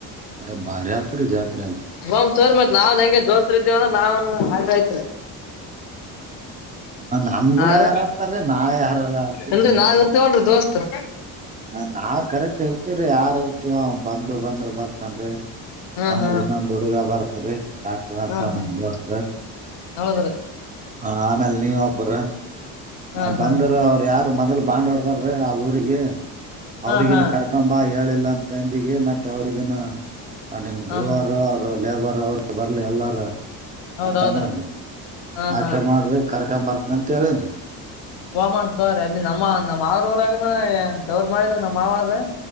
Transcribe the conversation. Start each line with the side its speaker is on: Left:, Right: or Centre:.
Right: ಅ ಬರಾತ್ರಿ ಜಾತ್
Left: ಬ್ ತೋರ್ ಮತ್ ನಾವನ್ ಹೆಂಗೆ ದೋಸ್ಸ್ ಇದೀವಂದ ನಾವನ್ ಹ ಐತ್ರಿ
Right: ನಮ್ಗೂಡ
Left: ಹಾರ
Right: ಯಾರಾಡ್ತಾರೀ ನಾ ಯಾರಾರ ಆಡ್ತವಿ
Left: ಇಲ್ರಿ
Right: ದೇವಸ್ಥ
Left: ನಾವ್ ಇರ್ತೀವಲ್ರಿ ದೋಸ್ತರ್
Right: ಹ ನಾವ್ ಕರೆಕ್ಟ್ ಇರ್ತಿವರಿ ಯಾರ್ ಇರ್ತಿವ ಬಂದು ಬಂದ್ರ ಬರ್ತನ್
Left: ಹಾ
Right: ಆಮೇಲೆ
Left: ಹಾ
Right: ಇನ್ನೊಂದು ಹುಡುಗ ಬರ್ತ್ರಿ ನರ್ಸ
Left: ಹಾ
Right: ಆನಂದ
Left: ಹಾ
Right: ದಸ್ತ
Left: ಹೌದ್ರಿ
Right: ಹಾ ಮಲ್ಲಿ ಉಬ್ಬರ
Left: ಹಾ
Right: ಆ ಬಂದರು
Left: ಹಾ
Right: ಅವ್ರ ಯಾರು ಮೊದ್ಲು ಬಾಂಡ್ವಾರ್ರೀ ಆ ಊರಿಗೆ
Left: ಹಾ
Right: ಅವ್ರಿಗನ
Left: ಹಾ
Right: ಕರ್ಕಂಬ ಹೇಳಿಲ್ಲ ಅಂತಂದಿಗೆ ಮತ್ತೆ ಅವ್ರಿಗನ ಆ ನಿಮ್
Left: ಹಾ
Right: ವಾರ
Left: ಹಾ
Right: ಅವರು ಲೇಬರ್ ಅವರು ಬರ್ಲಿ ಎಲ್ಲಾರ
Left: ಹೌದ್
Right: ಅಂತ
Left: ಹೌದ್ರಿ
Right: ಅನ್ನೋ ರಿ
Left: ಹಾ
Right: ಆಟ
Left: ಹಾ
Right: ಮಾಡ್ರ ಕರ್ಕೊ ಬರ್ತನ ಅಂತ ಹೇಳೇನ್ರಿ
Left: ಫೋನ್ ಮಾಡೇನೇ ತಗಲ್ರೆ ಅಲ್ಲಿ ನಮ್ಮ ನಮ್ಮ್ ಮಾಮ ಉರಗ ನೀ ದವ್ರ ಮಾಡಿದ್ರ ನಮ್ಮ್ ಮಾವ ರಿ